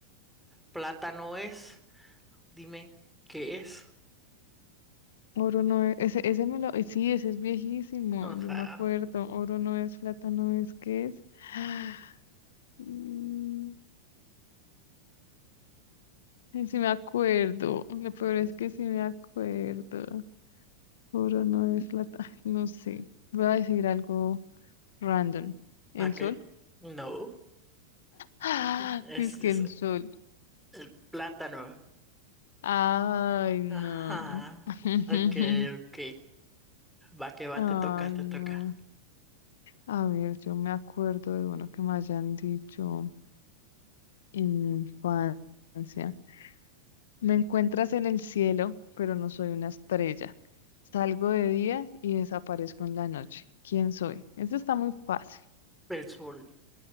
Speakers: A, in the centre; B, on the left.
A: plata no es. Dime, ¿qué es?
B: Oro no es, ese, ese me lo, eh, sí, ese es viejísimo,
A: Ajá.
B: yo me acuerdo, oro no es, plata no es, ¿qué es? <gasps> <sighs> Mm, sí me acuerdo, lo peor
A: Mm,
B: es que sí me acuerdo, oro no es, plata, ay, no sé, voy a decir algo random, ¿el
A: Ok,
B: sol?
A: no.
B: <gasps>
A: Es,
B: Dice
A: es
B: que el sol,
A: el plátano.
B: ay
A: Ajá.
B: no, <laughs>
A: Ok, ok. Va que va,
B: ay
A: te toca,
B: no,
A: te toca.
B: a ver, yo me acuerdo de uno que me hayan dicho en mi infancia. Me encuentras en el cielo, pero no soy una estrella. Salgo de día y desaparezco en la noche. ¿Quién soy? Eso está muy fácil.
A: El sol.